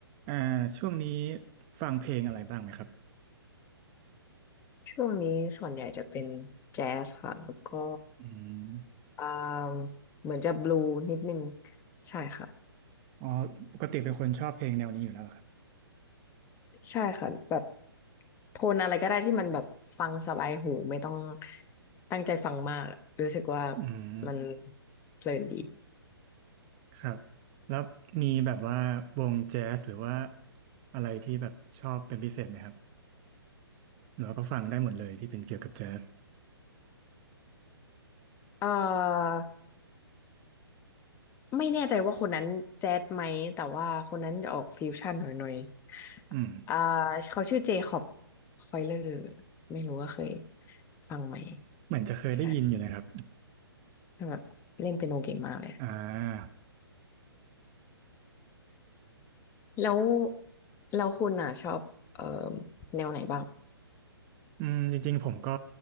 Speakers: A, on the right; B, on the left.
A: อ่าช่วงนี้ฟังเพลงอะไรบ้างไหมครับ
B: ช่วงนี้ส่วนใหญ่จะเป็นแจ๊สค่ะแล้วก็
A: อืม
B: อ่าเหมือนจะบลูนิดนึงใช่ค่ะ
A: อ๋อปกติเป็นคนชอบเพลงแนวนี้อยู่แล้วเหรอครับ
B: ใช่ค่ะแบบโทนอะไรก็ได้ที่มันแบบฟังสบายหูไม่ต้องตั้งใจฟังมากรู้สึกว่า
A: อืม
B: มันเพลินดี
A: ครับแล้วมีแบบว่าวงแจ๊สหรือว่าอะไรที่แบบชอบเป็นพิเศษไหมครับหรือว่าก็ฟังได้หมดเลยที่เป็นเกี่ยวกับแจ๊ส
B: เอ่อไม่แน่ใจว่าคนนั้นแจ๊สไหมแต่ว่าคนนั้นจะออกฟิวชั่นหน่อยๆอยอ่า
A: อืม
B: เขาชื่อเจคอบคอยเลอร์ไม่รู้ว่าเคยฟังไหม
A: เหมือนจะเคยได้ยินอยู่นะครับ
B: ใช่ แบบเล่นเปียโนเก่งมากเลย
A: อ่า
B: แล้วแล้วคุณอ่ะชอบเอ่อแนวไหนบ้าง
A: อืมจริงๆผมก็